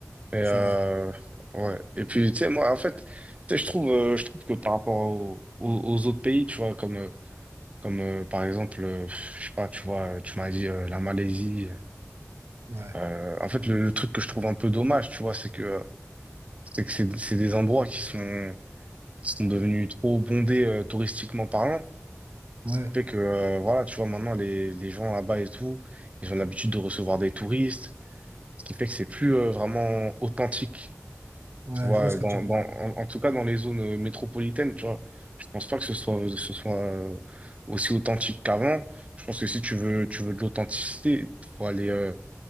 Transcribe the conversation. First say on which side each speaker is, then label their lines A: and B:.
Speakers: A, on the right; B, on the right.
A: Et, euh,
B: C'est vrai.
A: ouais. Et puis, tu sais, moi, en fait, tu sais, je trouve, euh, je trouve que par rapport au- au- aux autres pays, tu vois, comme, euh, comme euh, par exemple, euh, je sais pas, tu vois, tu m'as dit euh, la Malaisie.
B: Ouais.
A: Euh, en fait, le, le truc que je trouve un peu dommage, tu vois, c'est que, euh, c'est que c'est c'est des endroits qui sont sont devenus trop bondés euh, touristiquement parlant.
B: Ouais.
A: Ce qui fait que, euh, voilà, tu vois, maintenant, les, les gens là-bas et tout, ils ont l'habitude de recevoir des touristes, ce qui fait que c'est plus euh, vraiment authentique,
B: Ouais,
A: tu vois,
B: je vois ce que
A: dans,
B: tu veux
A: dans,
B: dire.
A: en, en tout cas dans les zones euh, métropolitaines, tu vois. Je pense pas que ce soit, euh, ce soit euh, aussi authentique qu'avant. Je pense que si tu veux, tu veux de l'authenticité, faut aller, euh,